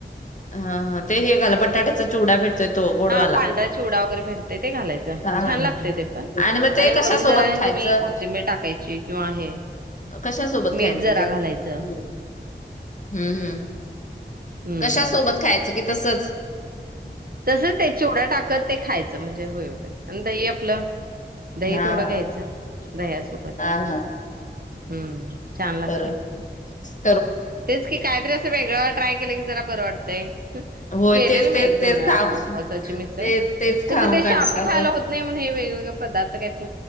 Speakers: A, on the left; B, on the right.
A: हा हा ते हेघला बटाट्याचा चिवडा भेटतोय तो गोडवाला
B: हा पांढराच चिवडा वगैरे भेटते ते घालायचं
A: हा
B: छान
A: हा
B: लागते ते पण
A: मग ते
B: आणि
A: कशासोबत
B: वरून जरा आणि
A: खायचं?
B: तुम्ही कोथिंबीर टाकायची किंवा हे
A: कशा सोबत
B: मीठ
A: खायचं
B: जरा
A: ते्
B: घालायचं
A: ह्मं ह्मं
B: हम्म
A: कशा सोबत खायच? की तसच
B: तसंच ते चिवड्या टाकत ते खायचं म्हणजे होय होते आणि दही आपलं दही
A: हा
B: थोडं
A: हा
B: घ्यायचं दह्यासोबत
A: हा हा
B: हम्म छान लागते
A: बर हच् <unintelligible>
B: तेच की कायतरी अस वेगळं ट्राय केलं की जरा बरं वाटतय
A: होय
B: केलेल
A: तेच
B: मी
A: तेच
B: एक दोन
A: तेच
B: वेळा
A: खाऊन
B: उपवासाची मिसळ
A: ते तेच
B: कस
A: खाऊन
B: ते
A: कंटाळा
B: शाबू
A: येतो.
B: खायला होत नाही म्हणून हे वेगवेगळे पदार्थ कायतर